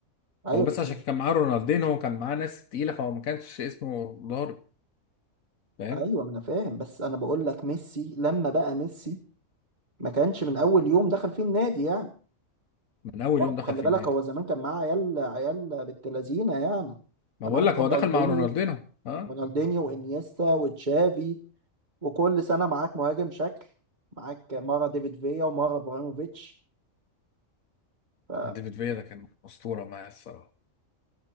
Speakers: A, on the right; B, on the left.
A: ايوه
B: هو بس
A: بس
B: عشان
A: مش
B: كان معاه رونالدين هو كان معاه ناس تقيلة فهو ما كانش اسمه ضارب فاهم
A: ايوه ما انا فاهم بس انا بقول لك ميسي لما بقى ميسي ما كانش من اول يوم دخل فيه النادي يعني
B: من اول
A: برضه
B: يوم دخل
A: خلي
B: في
A: بالك
B: النادي
A: هو زمان كان معاه عيال عيال بنت لذينه يعني انت
B: ما بقول
A: معاك
B: لك هو
A: رونالدينيو
B: دخل مع رونالدينو ها
A: رونالدينيو وانيستا وتشافي وكل سنة معاك مهاجم شكل معاك مرة ديفيد فيا ومرة ابراهيموفيتش ف
B: ديفيد فيا ده كان أسطورة معايا الصراحة